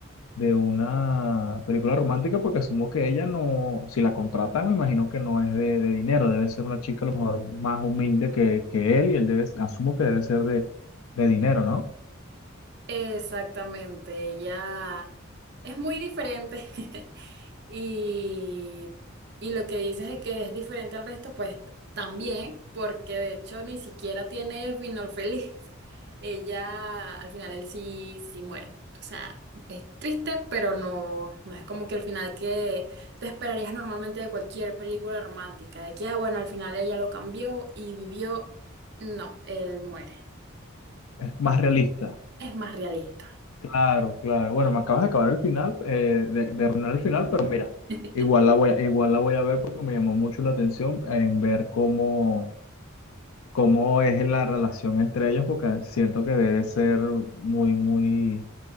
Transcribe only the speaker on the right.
Exactamente, ella es muy diferente <laughs> y, y lo que dices es que es diferente al resto, pues también, porque de hecho ni siquiera tiene final feliz. <laughs> Ella al final él sí, sí muere. O sea, es triste, pero no, no es como que el final que te esperarías normalmente de cualquier película romántica, de que, ah, bueno, al final ella lo cambió y vivió. No, él muere.
Es más realista.
<laughs>